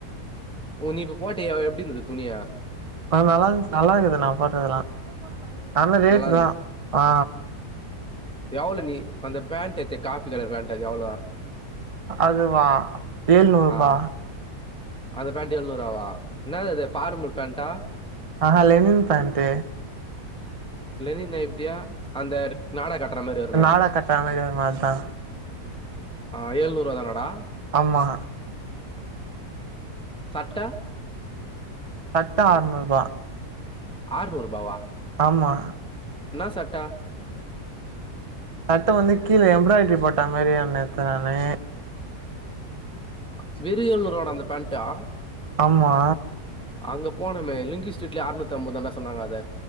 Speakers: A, in the centre; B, on the right.
A: ஓ நீ இப்ப போட்டயே எப்டி இருந்தது துணி
B: அ நல்லா இருந்துச் நல்லா இருக்குது நா போட்றதெல்லா அந்த ரேட்
A: நல்லா
B: தா ஆ
A: எவ்ள நீ அந்த பேண்ட் தச்ச காபி கலர் பேண்ட் எவ்ளோ
B: அது வா ஏழுநூறுபா
A: ஆ அந்த பேண்ட் எழுநூறுவா என்னா இது பார்முல் பேண்டா
B: ஆ லெனின் பேண்ட்
A: லெனின் நைப்தியா அந்த நார்ர காட்ற மாரி வருமே
B: நாடா கட்ற மாரி வருமே அதா
A: ஆ ஏழுநூறுவா தா நடா
B: ஆமா
A: சட்ட
B: சட்ட ஆறுநூருபா
A: ஆறுநூறுபாவா
B: ஆமா
A: என்னா சட்ட
B: சட்ட வந்து கீழே எம்ப்ராய்டரி போட்ட மாரி ஒன்னு எத்தே நானு
A: ஸ்வெரியாலூரோட அந்த பேண்ட்டா
B: ஆமா
A: அங்க போனமே லிங்கி ஸ்ட்ரீட்லயே அருநூத்தம்பது தான சொன்னாங்க அத